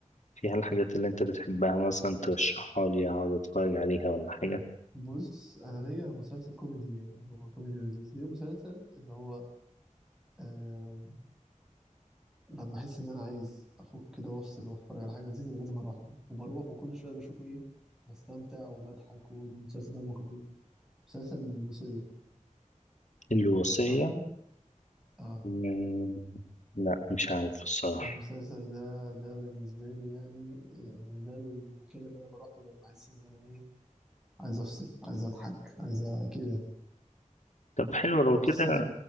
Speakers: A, on the left; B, in the centre.
A: فيها الحاجات اللي انت بتحبها مثلا ترشحها لي أقعد أتفرج عليها ولا حاجة
B: بص انا ليا مسلسل كوميدي يعني هو كوميدي لذيذ ليا مسلسل اللي هو آه لما احس ان انا عايز افك كده وافصل واتفرج على حاجه لذيذه لازم اروح له وبروح وكل شويه بشوفه ايه بستمتع وبضحك والمسلسل دمه خفيف مسلسل الوصيه
A: الوصية
B: عارفه اه
A: آه لا مش عارف الصراحة
B: المسلسل ده ده بالنسبه لي يعني يعني ده المكان اللي انا بروح له لما احس ان انا ايه عايز افصل عايز اضحك عايز أ- كده
A: طب حلو لو
B: هو
A: كده
B: قصته